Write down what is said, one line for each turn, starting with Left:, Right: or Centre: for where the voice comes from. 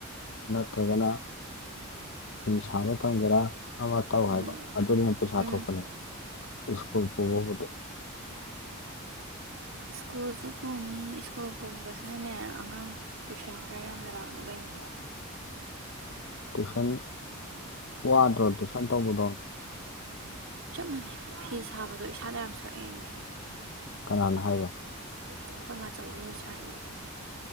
Left: ꯅꯠꯇ꯭ꯔꯒꯅ ꯐꯤ ꯁꯥꯕ ꯇꯝꯒꯦꯔꯥ ꯑꯃ ꯇꯧ ꯍꯥꯏꯕ
Right: ꯎꯝ
Left: ꯑꯗꯨꯅ ꯍꯦꯟ ꯄꯩꯁꯥ
Right: ꯎꯝ
Left: ꯊꯣꯛꯄꯅꯦ ꯁ꯭ꯀꯨꯜ ꯄꯣꯕꯨꯗꯤ
Right: ꯁ꯭ꯀꯨꯜꯁꯨ ꯄꯨꯅꯤ ꯁ꯭ꯀꯨꯜ ꯄꯨꯕꯁꯤꯅꯅꯦ ꯑꯉꯥꯡ ꯇꯨꯏꯁꯟ ꯈꯔ ꯌꯥꯝꯅ ꯂꯥꯛꯅꯕꯅꯤꯗ
Left: ꯇꯨꯏꯁꯟ ꯋꯥꯗ꯭ꯔꯣ ꯇꯨꯏꯁꯟ ꯇꯧꯕꯗꯣ
Right: ꯆꯞ ꯃꯥꯟꯅꯩ ꯐꯤ ꯁꯥꯕꯗꯣ ꯏꯁꯥꯗ ꯌꯥꯝ ꯁꯣꯛꯑꯦꯌꯦ
Left: ꯀꯅꯥꯅ ꯍꯥꯏꯕ
Right: ꯑꯩꯈꯣꯏ ꯃꯥꯆꯧꯕꯤ ꯑꯣꯏ ꯁꯌꯦ